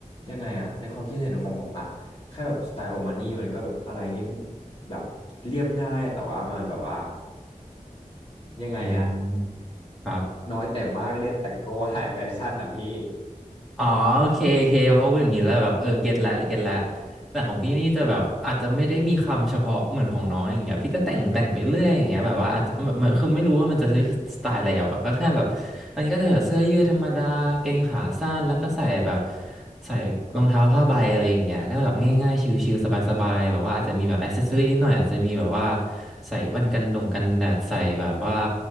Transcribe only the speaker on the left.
ยังไงอะในความคิดเห็นของผมอะแค่แบบสไตล์โอมานี่มันก็แบบอะไรเงี้ยแบบเรียบง่ายแต่ว่ามันแบบว่ายังไงอะ
น้อยแต่มากเรียบแต่โก้ไฮแฟชั่นอะพี่